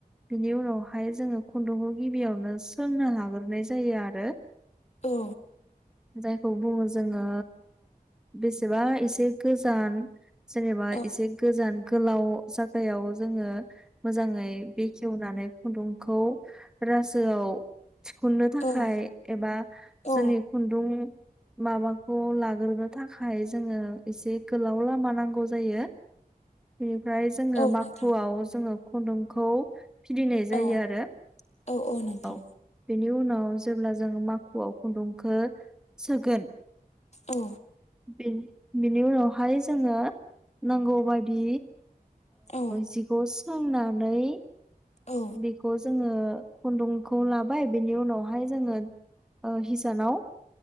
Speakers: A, in the centre; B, on the left.
A: बिनि उनावहाय जोङो खुन्दुंखौ गिबियावनो सोंना लाग्रोनाय जायो आरो
B: औ
A: जायखौ बुङो जोङो बेसेबा एसे गोजान जेनेबा
B: औ
A: एसे गोजान गोलाव जागायाव जोङो मोजाङै बे जवनानै खुन्दुंखौ रासोआव थिखननो थाखाय
B: औ
A: एबा
B: औ
A: जोंनि खुन्दुं माबाखौ लाग्रोनो थाखाय जोङो एसे गोलाव लामा नांगौ जायो बेनिफ्राय जोङो
B: औ
A: माखुआव
B: नोंथां
A: जोङो खुन्दुंखौ फिदिनाय जायो
B: औ
A: आरो
B: औ नोंथां
A: औ बेनि उनाव जेब्ला जों माखुआव खुन्दुंखौ सोगोन
B: औ
A: बिनि उनावहाय जोङो नांगौबादि
B: औ
A: जिखौ सोंनानै
B: औ
A: बेखौ जोङो खुन्दुंखौ लाबाय बिनि उनावहाय जोङो हिसानाव